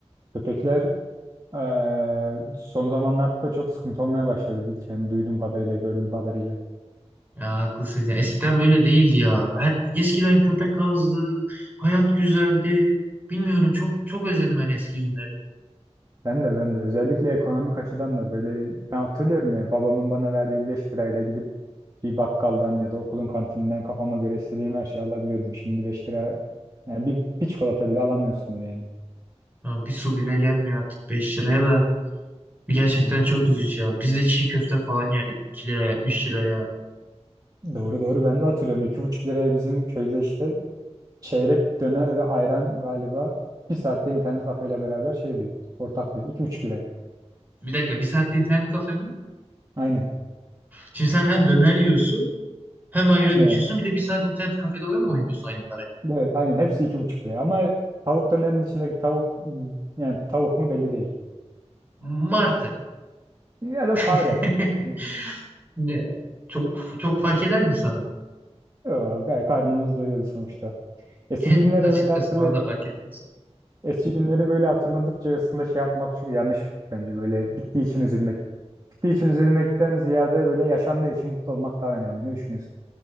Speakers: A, on the right; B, on the right.
A: Köpekler Eee, son zamanlarda da çok sıkıntı olmaya başladı. Bil- Yani duyduğum kadarıyla, gördüğüm kadarıyla.
B: Ya haklısın. sen. Eskiden böyle değildi ya. Her, eskiden köpek azdı. Hayat güzeldi. Bilmiyorum çok çok özledim ben eski günleri.
A: Ben de ben de özellikle ekonomik açıdan da böyle ben hatırlıyorum ya babamın bana verdiği 5 lirayla gidip bir bakkaldan ya da okulun kantininden kafama göre istediğim her şeyi alabiliyordum. Şimdi 5 lira yani bir, bir çikolata bile alamıyorsundur yani.
B: Ya bir su bile gelmiyor artık 5 liraya da. Gerçekten
A: Evet,
B: çok üzücü ya. Biz de çiğ köfte falan yerdik 2 liraya, 3 liraya.
A: doğru doğru ben de hatırlıyorum. iki buçuk liraya bizim köyde işte çeyrek döner ve ayran galiba bir saatte internet kafeyle beraber şeydi ortaktı. iki buçuk liraya.
B: Bir dakika bir saatte internet kafede mi?
A: Aynen.
B: Şimdi sen hem döner yiyorsun hem ayran
A: Evet.
B: içiyorsun bir de bir saat internet kafede oyun mu oynuyorsun aynı parayı?
A: Evet aynen hepsi iki buçuk liraya ama tavuk dönerin içindeki tavuk yani tavuk mu belli değil.
B: Martı.
A: Ya da fare.
B: <laughs>
A: Yani,
B: Ne? Çok çok fark eder mi sana?
A: yo, gayet karnımız doyuyordu sonuçta. Eski
B: <laughs>
A: günleri
B: Açıkçası
A: böyle hatırlayıp
B: bana da fark etmez.
A: eski günleri böyle hatırladıkça aslında şey yapmak çok yanlış bence böyle bittiği için üzülmek. Bittiği için üzülmekten ziyade böyle yaşandığı için mutlu olmak daha önemli. Ne düşünüyorsun?